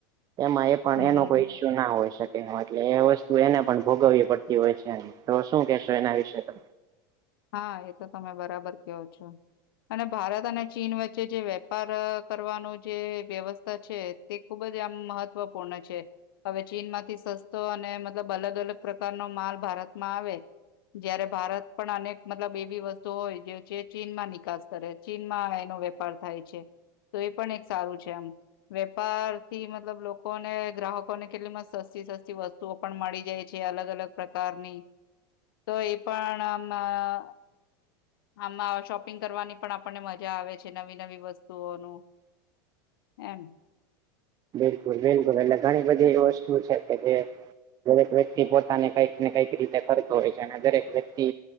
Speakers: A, on the right; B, on the left.
A: એમાં પણ
B: હમ
A: એનો કોઈ ઈસ્યુ ના હોઈ શકે એટલે એ વસ્તુ એને પણ ભોગવવી પડતી હોય છે તો શું કેહેશો એના વિશે તો
B: હા એ તો તમે બરાબર કહો છો અને ભારત અને ચીન વચ્ચે જે વેપાર કરવાનું જે વ્યવસ્થા છે તે ખૂબ જ આમ મહત્ત્વપૂર્ણ છે હવે ચીન માંથી સસ્તો અને મતલબ અલગ અલગ પ્રકારનો માલ ભારતમાં આવે જયારે ભારત પણ અનેક મતલબ એવીી વસ્તુ હોય જે છે ચીનમાં નિકાસ કરે ચીનમાં એનો વેપાર થાય છે તો એ પણ એક સારું છે આમ વેપાર થી મતલબ લોકો ને ગ્રાહકોને કેટલીમાં સસ્તી સસ્તી વસ્તુ વતુઓ પણ મળી જાય છે અલગ અલગ પ્રકારની તો એ પણ આમાં હ <inaudible> આમાં શોપિંગ કરવાની પણ આપણને મજા આવે છે નવી નવી વસ્તુઓનું હમ
A: બિલકુલ બિલકુલ એટ ઘણી બધી એ વસ્તુ છે કે જે દરેક વ્યક્તિ પોતાને કઈક ને કઈક રીતે કરતો હોય છે અને દરેક વ્યક્તિ